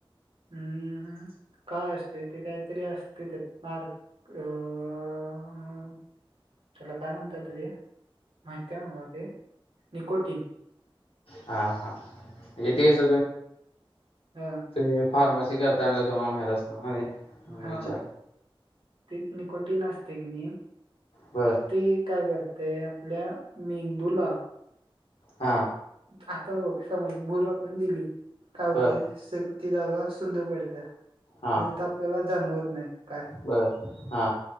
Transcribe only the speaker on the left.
हा हा म्हणजे ते कस
तुम्ही फार्मसी करता त माहित असणार ना ते. म्हणून
विचारलं.
बर
हा
बर
हा
बर हा